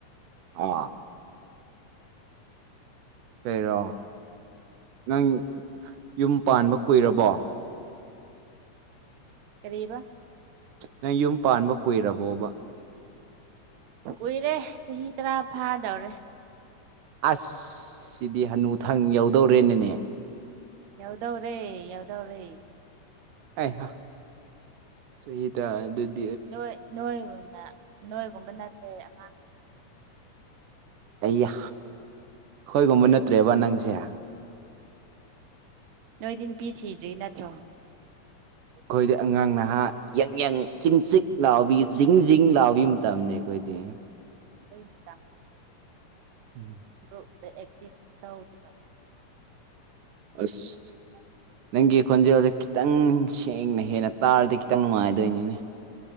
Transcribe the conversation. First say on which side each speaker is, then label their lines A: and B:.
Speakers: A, on the right; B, on the right.
A: ꯑꯣ꯫ ꯑꯩꯔꯣ꯫ ꯅꯪ ꯌꯨꯝ ꯄꯥꯟꯕ ꯀꯨꯏꯔꯕꯣ꯫
B: ꯀꯔꯤꯕ꯫
A: ꯅꯪ ꯌꯨꯝ ꯄꯥꯟꯕ ꯀꯨꯏꯔꯕꯣꯕꯥ꯫
B: ꯀꯨꯏꯔꯦ ꯆꯥꯍꯤ ꯇꯔꯥ ꯐꯥꯗꯧꯔꯦ꯫
A: ꯑꯁ ꯁꯤꯗꯤ ꯍꯅꯨꯊꯪ ꯌꯎꯗꯧꯔꯦꯅꯦꯅꯦ꯫
B: ꯌꯧꯗꯧꯔꯦ ꯌꯧꯗꯧꯔꯦ꯫
A: ꯍꯩ ꯍꯥ ꯆꯍꯤ ꯇꯔ ꯑꯗꯨ___
B: ꯅꯣꯏ ꯅꯣꯏꯒꯨꯝꯅ ꯅꯣꯏꯒꯨꯝꯕ ꯅꯠꯇ꯭ꯔꯦ ꯑꯉꯥꯡ__
A: ꯑꯩꯌꯥ ꯑꯈꯣꯏꯒꯨꯝꯕ ꯅꯠꯇ꯭ꯔꯦꯕ ꯅꯪꯁꯦ
B: ꯅꯣꯏꯗꯤ ꯅꯨꯄꯤ ꯊꯤꯗ꯭ꯔꯤ ꯅꯠꯇ꯭ꯔꯣ
A: ꯑꯈꯣꯏꯗꯤ ꯑꯉꯥꯡ ꯅꯍꯥ ꯌꯪ ꯌꯪ ꯆꯤꯡ ꯆꯤꯛ ꯂꯥꯎꯕꯤ ꯖꯤꯡ ꯖꯤꯡ ꯂꯥꯎꯕꯤ ꯃꯇꯝꯅꯦ ꯑꯈꯣꯏꯗꯤ
B: ꯍꯩ ꯃꯇꯥꯝ
A: ꯎꯝ
B: ꯐ꯭ꯔꯨꯞꯇ ꯑꯦꯛꯇꯤꯞ ꯈꯨꯇꯧꯗꯨꯒ
A: ꯑꯁ ꯅꯪꯒꯤ ꯈꯣꯟꯖꯦꯜꯁꯦ ꯈꯤꯇꯪ ꯁꯦꯡꯅ ꯍꯦꯟꯅ ꯇꯥꯔꯗꯤ ꯈꯤꯇꯪ ꯅꯨꯡꯉꯥꯏꯗꯣꯏꯅꯤꯅꯦ